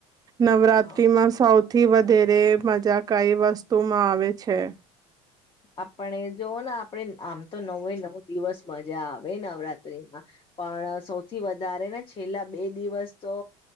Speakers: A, on the right; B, on the left.
A: નવરાત્રીમાં
B: હા
A: સાવ થી વધારે મજા કઈ વસ્તુમાં આવે છે?
B: આપણે જો ને આપણે આમ તો નવે નવ દિવસ મજા આવે નવરાત્રીમાં, પણ સૌથી વધારે ને છેલ્લા બે દિવસ તો